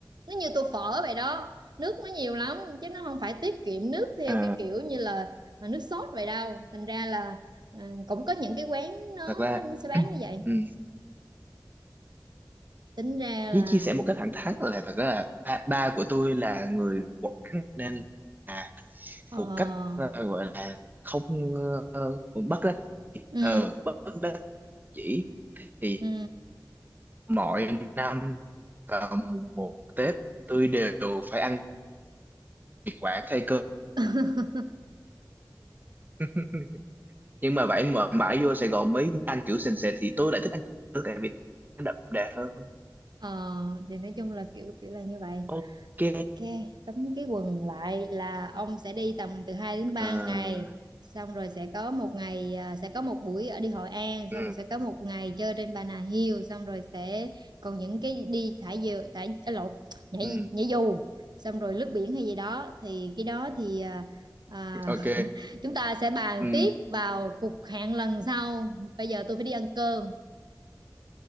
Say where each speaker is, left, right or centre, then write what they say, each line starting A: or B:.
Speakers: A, on the right; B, on the right.
A: nó như tô phở vậy đó nước nó nhiều lắm chứ nó không phải tiết kiệm nước theo
B: ờ,
A: cái kiểu như là mà nước sốt vậy đâu thành ra là à, cũng có những cái quán nó,
B: thật ra
A: nó nó sẽ bán
B: <clears throat>
A: như vậy
B: ừm,
A: tính ra
B: chỉ
A: là
B: chia sẻ một cách thẳng thắn là thật ra là ba, ba của tôi là người Quảng nên là
A: ờ
B: một cách ờ, gọi là không ờ, bất đắc
A: ừ
B: ờ bất đắc dĩ thì
A: ừ
B: Mỗi năm vào một Tết tôi đều phải ăn thịt quả thay cơm.
A: <laughs>
B: <laughs> Nhưng mà vậy mà mãi vô Sài Gòn mới ăn kiểu sền sệt thì tôi lại thích ăn cơm tại vì nó đậm đà hơn.
A: ờ thì nói chung là kiểu kiểu là như vậy
B: Ok.
A: Ok, tấm cái quần lại là ông sẽ đi tầm từ 2 đến
B: Ờ,
A: 3 ngày xong rồi sẽ có một ngày à, sẽ có một buổi ở đi Hội An
B: ừ,
A: xong rồi sẽ có một ngày chơi trên Bà Nà Hills xong rồi sẽ còn những cái đi thả diều thả à, lộn nhảy
B: ừ,
A: nhảy dù xong rồi lướt biển hay gì đó thì cái đó thì à, à,
B: ok.
A: <laughs> chúng ta sẽ bàn
B: Ừ,
A: tiếp vào cuộc hẹn lần sau bây giờ tôi phải đi ăn cơm